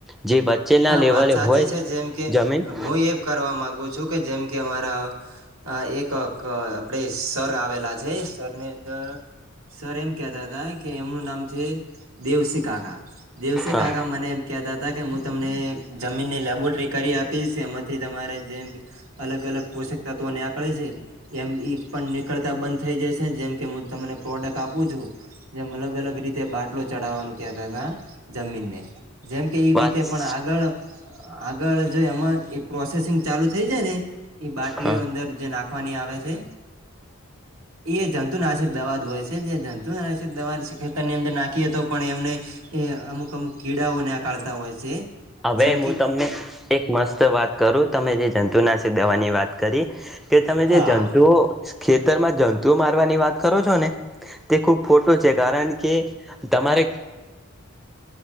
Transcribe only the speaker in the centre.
જે <inaudible>
લેવલે
હોય
જમીન
હા
વાત
હા
હવે
મું
તમને એક મસ્ત વાત કરું, તમે જે જંતુનાશક દવાની વાત કરી કે તમે
જે જંતુઓ ખેતરમાં જંતુઓ મારવાની વાત કરો છો ને તે ખૂબ ખોટું છે કારણ કે તમારે